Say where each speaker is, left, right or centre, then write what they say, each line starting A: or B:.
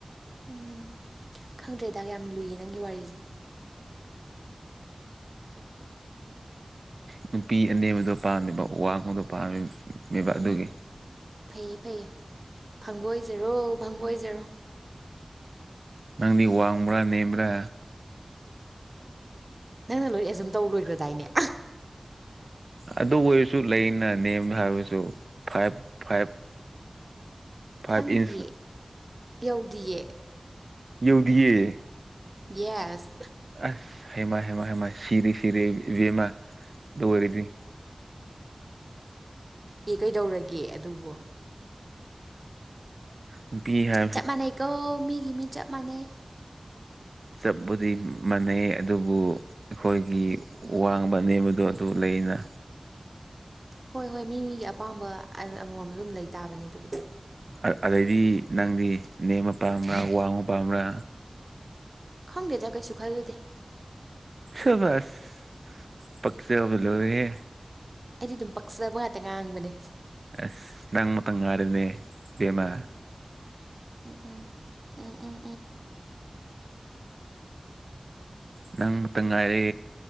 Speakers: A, on the right (about 35°); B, on the right (about 65°).
A: ꯑꯣ ꯈꯪꯗ꯭ꯔꯦꯗꯥ ꯌꯥꯝ ꯂꯨꯏꯌꯦ ꯅꯪꯒꯤ ꯋꯥꯔꯤꯁꯦ꯫
B: ꯅꯨꯄꯤ ꯑꯅꯦꯝꯕꯗꯣ ꯄꯥꯝꯗꯦꯕ ꯑꯋꯥꯡꯕꯗꯣ ꯄꯥꯝꯃꯤꯕ꯫ ꯃꯤꯕ
A: ꯎꯝ
B: ꯑꯗꯨꯒꯤ꯫
A: ꯎꯝ ꯎꯝ ꯐꯩꯌꯦ ꯐꯩꯌꯦ ꯐꯪꯕꯑꯣꯏꯖꯔꯣ ꯐꯪꯕꯑꯣꯏꯖꯔꯣ꯫
B: ꯅꯪꯗꯤ ꯋꯥꯡꯕ꯭ꯔꯥ ꯅꯦꯝꯕ꯭ꯔꯥ꯫
A: ꯅꯪꯅ ꯂꯣꯏ ꯑꯦꯖꯨꯝ ꯇꯧ ꯂꯣꯏꯈ꯭ꯔꯗꯥꯏꯅꯦ꯫
B: ꯑꯗꯨ ꯑꯣꯏꯔꯁꯨ ꯂꯩꯅ ꯅꯦꯝ ꯍꯥꯏꯕꯁꯨ ꯐꯥꯏꯚ ꯐꯥꯏꯚ ꯐꯥꯏꯚ
A: ꯈꯪꯗꯤꯌꯦ
B: ꯏꯟꯁ
A: ꯌꯧꯗꯤꯌꯦ꯫
B: ꯌꯧꯗꯤꯌꯦ꯫
A: ꯌꯦꯁ꯫
B: ꯑꯁ ꯍꯩꯃꯥ ꯍꯩꯃꯥ ꯍꯩꯃꯥ ꯁꯤꯔꯦ ꯁꯤꯔꯦ ꯏꯕꯦꯝꯃ ꯗꯨꯑꯣꯏꯔꯗꯤ꯫
A: ꯑꯦ ꯀꯩꯗꯧꯔꯒꯦ ꯑꯗꯨꯕꯣ
B: ꯅꯨꯄꯤ ꯍꯥꯏ
A: ꯆꯞ ꯃꯥꯟꯅꯩꯀꯣ ꯃꯤꯒꯤ ꯃꯤ ꯆꯞ ꯃꯥꯟꯅꯩ꯫
B: ꯆꯞꯄꯨꯗꯤ ꯃꯥꯟꯅꯩ ꯑꯗꯨꯕꯨ ꯑꯩꯈꯣꯏꯒꯤ ꯋꯥꯡꯕ ꯅꯦꯝꯕꯗꯣ ꯗꯨ ꯂꯩꯌꯦꯅ꯫
A: ꯍꯣꯏ ꯍꯣꯏ ꯃꯤ ꯃꯤꯒꯤ ꯑꯄꯥꯝꯕ ꯑꯃꯃꯝ ꯑꯗꯨꯝ ꯂꯩ ꯇꯥꯕꯅꯦ ꯑꯗꯨꯕꯨꯗꯤ꯫
B: ꯑ ꯑꯗꯩꯗꯤ ꯅꯪꯗꯤ ꯅꯦꯝꯃ ꯄꯥꯝꯕ꯭ꯔꯥ ꯋꯥꯡꯕ ꯄꯥꯝꯕ꯭ꯔꯥ
A: ꯈꯪꯗꯦꯗ ꯀꯩꯁꯨ ꯈꯜꯂꯨꯗꯦ꯫
B: ꯁꯕꯥꯥꯁ ꯄꯛꯆꯕ ꯂꯣꯏꯔꯦꯍꯦ꯫
A: ꯑꯩꯗꯤ ꯑꯗꯨꯝ ꯄꯛꯆꯕ ꯉꯥꯛꯇ ꯉꯥꯡꯕꯅꯦ꯫
B: ꯑꯁ ꯅꯪ ꯃꯛꯇ ꯉꯥꯏꯔꯣꯅꯦ ꯕꯦꯃꯥ꯫
A: ꯎꯝ ꯎꯝ ꯎꯝ ꯎꯝ
B: ꯅꯪꯛꯇ ꯉꯥꯏꯔꯦ